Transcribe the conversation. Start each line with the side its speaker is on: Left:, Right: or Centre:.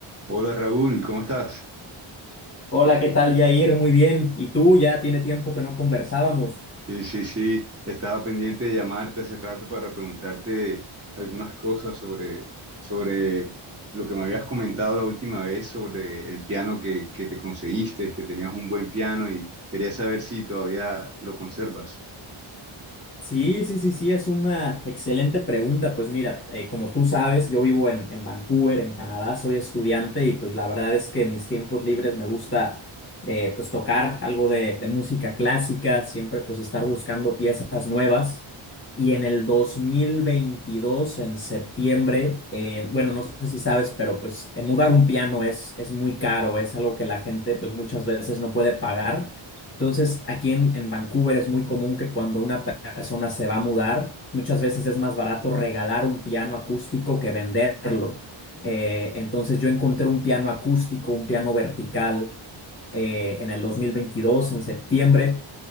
Right: Hola Raúl, ¿cómo estás?
Left: Hola, ¿qué tal? Ya ir muy bien. Y tú, ya tiene tiempo que no conversábamos.
Right: Sí, sí, sí, estaba pendiente de llamarte hace rato para preguntarte algunas cosas sobre, sobre lo que me habías comentado la última vez sobre el piano que, que te conseguiste, que tenías un buen piano y quería saber si todavía lo conservas.
Left: Sí, sí, sí, sí, es una excelente pregunta. Pues mira, eh, como tú sabes, yo vivo en, en Vancouver, en Canadá, soy estudiante y pues la verdad es que en mis tiempos libres me gusta eh, pues tocar algo de, de música clásica, siempre pues estar buscando piezas nuevas. Y en el 2022 en septiembre, eh, bueno, no sé si sabes, pero pues eh, mudar un piano es, es muy caro, es algo que la gente pues muchas veces no puede pagar. Entonces, aquí en, en Vancouver es muy común que cuando una persona se va a mudar, muchas veces es más barato regalar un piano acústico que venderlo. Eh, entonces yo encontré un piano acústico, un piano vertical eh, en el 2022, en septiembre.